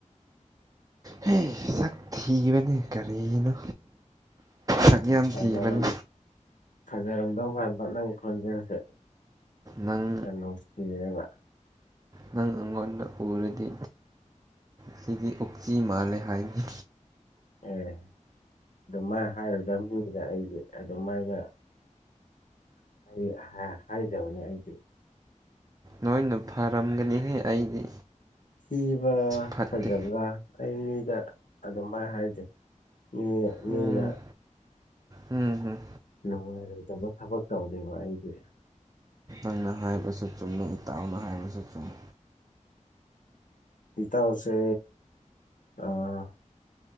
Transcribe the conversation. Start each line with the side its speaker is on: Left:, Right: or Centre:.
Right: ꯍꯦ ꯁꯛ ꯊꯤꯕꯅꯦ ꯀꯔꯤꯅꯣ ꯁꯛ ꯌꯥꯝ
Left: ꯐꯖꯔꯝ
Right: ꯊꯤꯕꯅꯦ
Left: ꯐꯖꯔꯝꯗꯧ ꯃꯥꯟꯕ ꯅꯪ ꯈꯣꯟꯖꯦꯜꯁꯦ
Right: ꯅꯪ
Left: ꯌꯥꯝ <unintelligible> ꯀꯤꯌꯦꯕ꯫
Right: ꯅꯪ ꯎꯪꯉꯣꯏ꯫ ꯑꯗꯨꯅ ꯎꯔꯗꯤ ꯑꯩꯗꯤ ꯑꯣꯛꯆꯤ ꯃꯥꯜꯂꯦ ꯍꯥꯏꯑꯦ
Left: ꯑꯦ ꯑꯗꯨ ꯃꯥꯥꯏꯅ ꯍꯥꯏꯔꯗꯕꯅꯤꯗ ꯑꯩꯗꯤ ꯑꯗꯨꯃꯥꯏꯅ꯫ ꯑꯩ ꯍꯥꯏꯖꯕꯅꯦ ꯑꯩꯁꯦ
Right: ꯅꯣꯏꯅ ꯐꯔꯝꯒꯅꯤꯍꯦ ꯑꯩꯗꯤ꯫
Left: ꯊꯤꯕ
Right: ꯐꯠꯇꯦ
Left: ꯐꯖꯕꯔ꯫ ꯑꯩ ꯃꯤꯗ ꯑꯗꯨꯃꯥꯏꯅ ꯍꯥꯏꯗꯦ ꯃꯤꯅ
Right: ꯎꯝ
Left: ꯃꯤꯅ
Right: ꯎꯝ ꯍꯝ
Left: ꯅꯨꯡꯉꯥꯏꯔꯣꯏꯗꯕ ꯊꯕꯛ ꯇꯧꯗꯦꯕ ꯑꯩꯗꯤ꯫
Right: ꯎꯝ ꯅ ꯍꯥꯏꯕꯁꯨ ꯆꯨꯝꯃꯦ ꯏꯇꯥꯎꯅ ꯍꯥꯏꯕꯁꯨ ꯆꯨꯝꯃꯦ꯫
Left: ꯏꯇꯥꯎꯁꯦ ꯑꯥ꯫